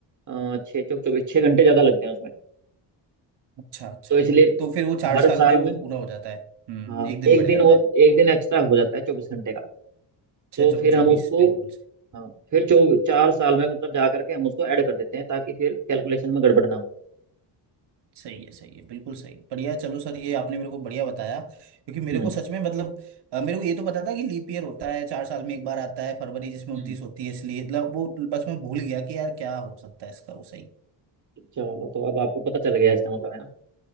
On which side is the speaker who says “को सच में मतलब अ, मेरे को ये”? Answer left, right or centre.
Right